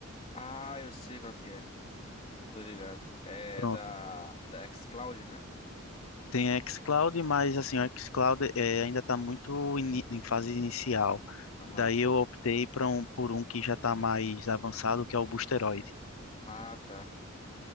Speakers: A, on the left; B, on the left.
A: Ah, eu sei qual que é. Tô ligado. É
B: Pronto.
A: da, da xCloud, né?
B: Tem a xCloud, mas assim, o xCloud é, ainda está muito ini- em fase inicial.
A: Aham.
B: Daí eu optei para um por um que já está mais avançado, que é o Boosteroid.
A: Ah, tá.